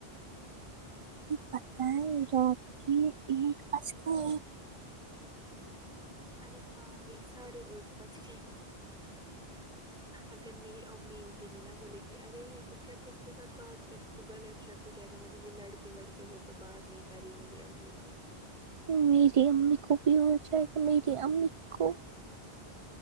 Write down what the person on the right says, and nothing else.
پتا ہے رات کے ایک پچ گے
میری امی کو بھی ہو جائے گا میری امی کو